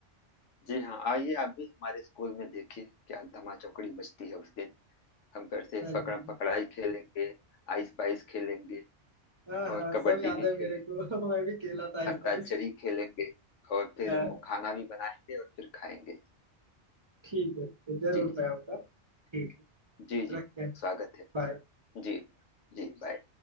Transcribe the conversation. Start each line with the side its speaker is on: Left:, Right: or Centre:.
Left: जी हाँ आइए आप भी हमारे स्कूल में देखिए क्या धमा चौकड़ी मचती है उस दिन हम फिर से
Right: चलिए।
Left: पकड़म पकड़ाई खेलेंगे आइस पाइस खेलेंगे
Right: हाँ हाँ
Left: और कबड्डी
Right: सब याद
Left: भी
Right: है
Left: खेलेंगे
Right: मेरे को <laughs> मैं भी खेला था आइस
Left: अंताक्षरी
Right: पाइस
Left: खेलेंगे और फिर
Right: हाँ
Left: वो खाना भी बनाएंगे और फिर खाएंगे
Right: ठीक है तो जरूर
Left: जी जी
Right: मैं आऊंगा ठीक है
Left: जी जी
Right: रखते हैं
Left: स्वागत है
Right: बाय
Left: जी जी बाय